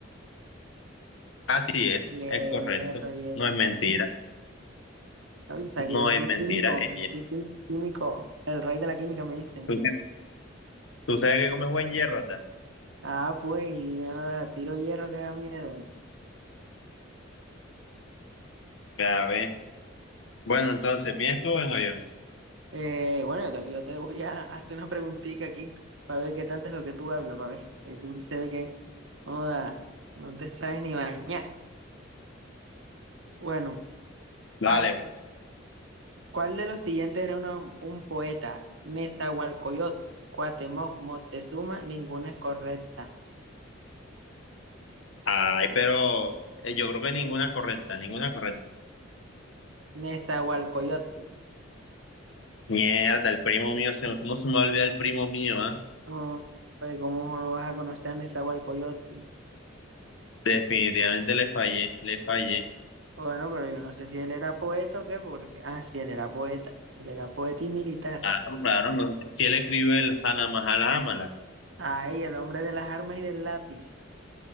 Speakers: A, on the left (about 75°); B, on the right (about 75°).
A: Así es,
B: hierro,
A: es correcto.
B: hierro.
A: No es mentira.
B: Ay, O sea, que
A: No
B: yo soy
A: es mentira,
B: químico,
A: es hierro.
B: soy quí- químico. El rey de la química me dice.
A: ¿Tú, tú sabes que comes buen hierro, ¿verdad?
B: Ah, pues, yo tiro hierro que da miedo.
A: Ya ves. Bueno, entonces, ¿vienes tú o vengo yo?
B: Eh, bueno, yo te, yo te voy a <laughs> hacer una preguntita aquí para ver qué tanto es lo que tú hablas, para ver. Eh, tú se ve que no, no te sabes ni bañar. Bueno,
A: Dale.
B: arte. ¿Cuál de los siguientes era una- un poeta? Nezahualcóyotl, Cuauhtémoc, Moctezuma, ninguna es correcta.
A: Ay, pero eh, yo creo que ninguna es correcta, ninguna es correcta.
B: Nezahualcóyotl.
A: Mierda, el primo mío, se me- ¿cómo se me va a olvidar el primo mío, ah?
B: No, pues, ¿cómo no vas a conocer a Nezahualcóyotl?
A: Definitivamente le fallé, le fallé.
B: Bueno, pero yo no sé si él era poeta o qué, porque... Ah, sí, él era poeta. Él era poeta y militar.
A: Claro, claro, no. Si él escribió el Hana Mahala Amala,
B: Ay, el hombre de las armas y del lápiz.